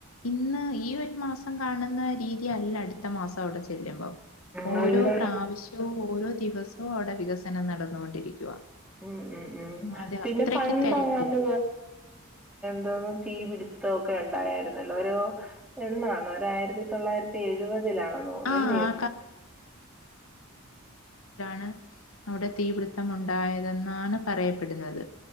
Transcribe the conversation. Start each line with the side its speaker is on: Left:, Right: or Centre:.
Left: ഇന്ന് ഈ ഒര് മാസം കാണ്ന്ന രീതിയല്ല ടുത്ത മാസവിടെ ചെല്ലുമ്പം ഓരോ
Centre: നല്ല
Left: പ്രാവിശവും ഓരോ ദിവസവും അവിടെ വികസനം നടന്നോണ്ടിരിക്കുവ.
Centre: ഉം ഉം ഉം
Left: അതെ
Centre: പിന്നെ
Left: അത്രക്ക്
Centre: പണ്ടങ്ങാണ്ട്
Left: തെരക്കും
Centre: <inaudible> തീപിട്ത്തോക്കെണ്ടായാര്ന്നല്ലോ ഒരു എന്നാന്നാ ഒരായിരത്തി തൊള്ളായിരത്തി എഴുപതിലാണെന്ന് തോന്ന്
Left: ആഹ്
Centre: ല്ലിയോ
Left: ആ ണ് അവിടെ തീപിട്ത്തമുണ്ടായതെന്നാണ് പറയപ്പെട്ന്നത്